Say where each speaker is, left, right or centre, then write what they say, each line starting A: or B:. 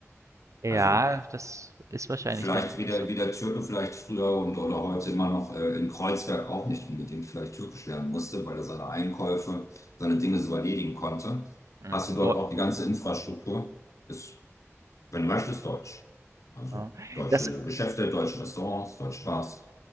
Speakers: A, on the right; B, on the left.
A: Ja,
B: Also
A: das ist wahrscheinlich
B: vielleicht
A: dann wirklich
B: wie der,
A: so.
B: wie der Türke vielleicht früher und oder heute immer noch äh, in Kreuzberg auch nicht unbedingt vielleicht türkisch lernen musste, weil er seine Einkäufe, seine Dinge so erledigen konnte.
A: Mhm.
B: Hast du dort
A: Deu
B: auch die ganze Infrastruktur? Ist, wenn du möchtest, Deutsch. Also
A: ja.
B: deutsche
A: Das
B: Geschäfte, deutsche Restaurants, deutsche Bars.